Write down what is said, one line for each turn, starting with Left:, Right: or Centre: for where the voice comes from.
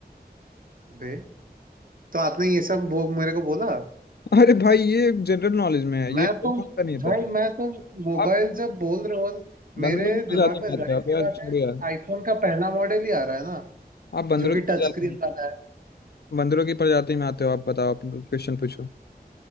Right: बे तो आपने ये सब वो मेरे को बोला
Left: अरे भाई ये जनरल नॉलेज में है ये
Right: मैं तो
Left: पता नहीं
Right: भाई
Left: था
Right: मैं तो मोबाइल
Left: आप
Right: जब बोल रहे हो
Left: बंदरों
Right: मेरे
Left: की
Right: दिमाग
Left: प्रजाति
Right: में
Left: में
Right: जाहिर
Left: आते हो आप
Right: सी
Left: यार
Right: बात
Left: छोड़ो
Right: है
Left: यार
Right: आईफोन का पहला मॉडल ही आ रहा है ना
Left: आप बंदरों
Right: जो कि
Left: की
Right: टच
Left: प्रजाति
Right: स्क्रीन वाला है
Left: बंदरों की प्रजाति में आते हो आप बताओ आप क्वेश्चन पूछो